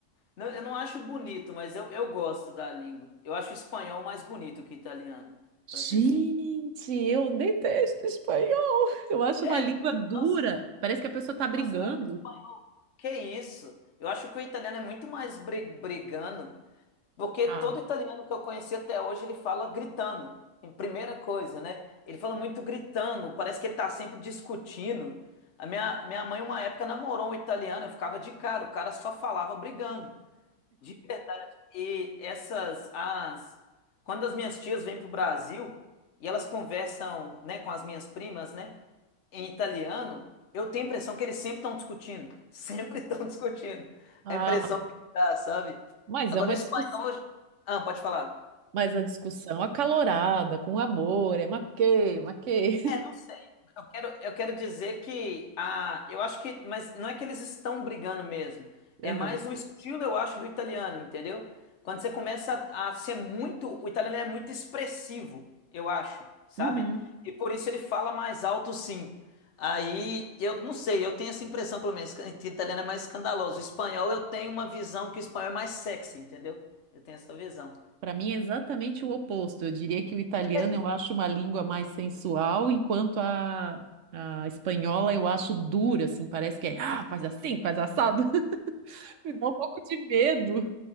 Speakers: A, on the left; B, on the right.
A: Não, Eu não acho bonito, mas eu, eu gosto da língua. Eu acho espanhol mais bonito que italiano,
B: Gente,
A: para ser sincero.
B: eu detesto espanhol. Eu acho
A: Sério?
B: uma língua dura.
A: Nossa,
B: Parece que a pessoa está brigando.
A: nossa, eu acho Que isso? Eu acho que o italiano é muito mais bri- brigando, porque
B: Ah,
A: todo italiano que eu conheci até hoje ele fala gritando, em primeira coisa, né? Ele fala muito gritando, parece que ele tá sempre discutindo. A minha, minha mãe, uma época, namorou um italiano, eu ficava de cara, o cara só falava brigando, de verdade. E essas, as. Quando as minhas tias vêm pro Brasil e elas conversam, né, com as minhas primas, né? em italiano, eu tenho a impressão que eles sempre estão discutindo. Sempre estão <laughs> discutindo.
B: ah,
A: A impressão que dá, sabe?
B: mas
A: Agora
B: é uma
A: o espanhol.
B: discussão.
A: Ah, pode falar.
B: Mas a discussão acalorada, com amor, é maquei, maquei.
A: É, não sei. Eu quero, eu quero dizer que a, eu acho que, mas não é que eles estão brigando mesmo.
B: <laughs>
A: É
B: Aham.
A: mais o estilo, eu acho, do italiano, entendeu? Quando você começa a, a ser muito, o italiano é muito expressivo, eu acho, sabe?
B: Uhum.
A: E por isso ele fala mais alto, sim. Aí eu não sei, eu tenho essa impressão, pelo menos, que o italiano é mais escandaloso. O espanhol eu tenho uma visão que o espanhol é mais sexy, entendeu? Eu tenho essa visão.
B: Para mim é exatamente o oposto. Eu diria que o italiano
A: Sério?
B: eu acho uma língua mais sensual, enquanto a, a espanhola eu acho dura, assim, parece que é, ah, faz assim, faz assado. <laughs> Me dá um pouco de medo.